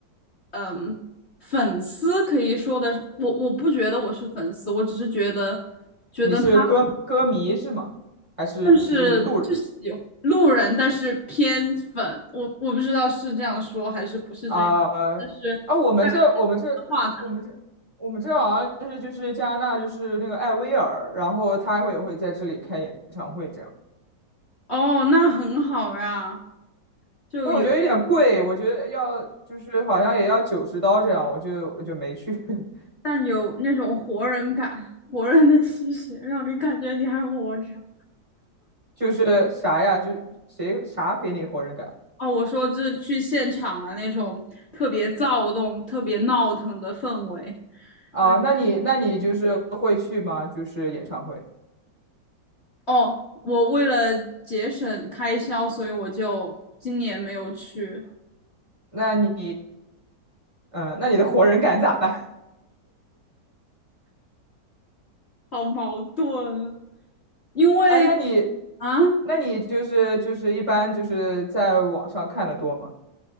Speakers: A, on the left; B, on the right.
A: 嗯粉丝可以说的，我我不觉得我是粉丝，我只是觉得觉得他
B: 你是歌歌迷是吗？还是就是路人
A: 但是就喜路人，但是偏粉，我我不知道是这样说还是不是这样，
B: 啊？
A: 但是大概
B: 啊，我们这我们这我们这我们这好像是就是加拿大就是那个艾薇儿，
A: 的话谈
B: 然后他会也会在这里开演唱会这样，
A: 哦，那很好呀，就有
B: 但我觉得有点贵，我觉得要就是好像也要九十刀这样，我就我就没去，<laughs>
A: 但有那种活人感，活人的气息，让你感觉你还活着。
B: 就是啥呀，就谁啥给你活人感
A: 哦，我说就是去现场啊，那种特别躁动、特别闹腾的氛围。
B: 啊？
A: 让你
B: 那你那你就是会去吗？就是演唱会，
A: 哦，我为了节省开销，所以我就今年没有去，
B: 那你嗯，那你的活人感咋办？
A: 好矛盾啊。因为
B: 哎，那你，
A: 啊
B: 那你就是就是一般就是在网上看的多吗？